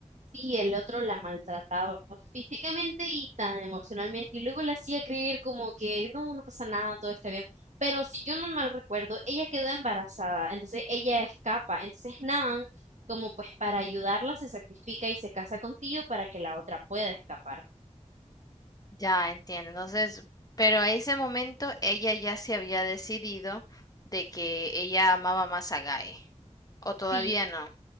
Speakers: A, on the right (about 70°); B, on the left (about 30°).
A: Sí, el otro la maltrataba físicamente y tan emocionalmente y luego la hacía creer como que no, no pasa nada, todo está bien. Pero si yo no mal recuerdo, ella quedó embarazada, entonces ella escapa, entonces Nan, como pues para ayudarla, se sacrifica y se casa con Tío para que la otra pueda escapar.
B: Ya entiendo. Entonces, pero a ese momento ella ya se había decidido de que ella amaba más a Guy. ¿O todavía
A: Sí,
B: no?